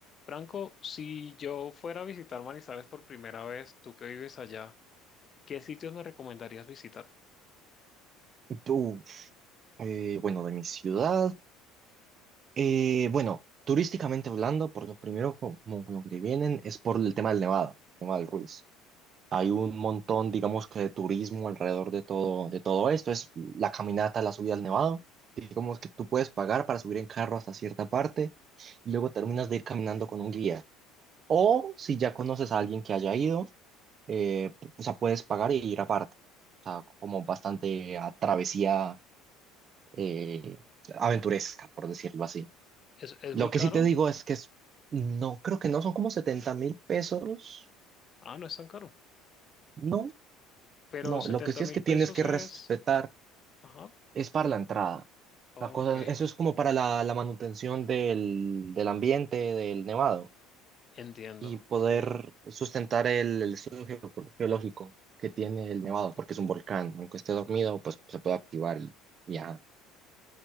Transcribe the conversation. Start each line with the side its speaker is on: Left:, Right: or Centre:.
Left: Franco, si yo fuera a visitar Manizales por primera vez, tú que vives allá, ¿qué sitios me recomendarías visitar?
Right: Tú, eh, bueno, de mi ciudad, eh, bueno, turísticamente hablando, por lo primero como lo que vienen es por el tema del Nevado, Nevado del Ruiz. Hay un montón, digamos que de turismo alrededor de todo, de todo esto. Es la caminata, la subida al Nevado. Digamos que tú puedes pagar para subir en carro hasta cierta parte y luego terminas de ir caminando con un guía. O si ya conoces a alguien que haya ido, eh, o sea, puedes pagar y ir aparte. O sea, como bastante a travesía eh, aventuresca, por decirlo así.
Left: ¿Es, es
Right: Lo
Left: muy
Right: que
Left: caro?
Right: sí te digo es que es, no, creo que no son como setenta mil pesos.
Left: Ah, no es tan caro.
Right: No,
Left: Pero
Right: no,
Left: setenta
Right: lo que sí
Left: mil
Right: es que tienes
Left: pesos
Right: que respetar
Left: es... Ajá.
Right: es para la entrada.
Left: Ok,
Right: La cosa, eso es como para la, la manutención del, del ambiente, del nevado
Left: entiendo.
Right: y poder
Left: Ok.
Right: sustentar el, el estudio geo- geológico que tiene el nevado, porque es un volcán. Aunque esté dormido, pues se puede activar y viajar.